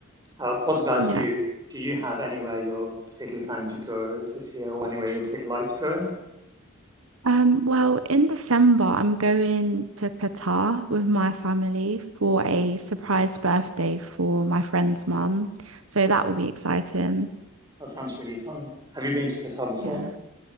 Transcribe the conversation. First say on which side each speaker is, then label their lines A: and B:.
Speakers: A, on the right; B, on the right.
A: Uh, what about
B: Yeah.
A: you? Do you have anywhere you're particularly planning to go this year or anywhere you'd particularly like to go?
B: Um, well, in December, I'm going to Qatar with my family for a surprise birthday for my friend's mum. So that will be exciting.
A: That sounds really fun. Have you been to Qatar before?
B: Yeah.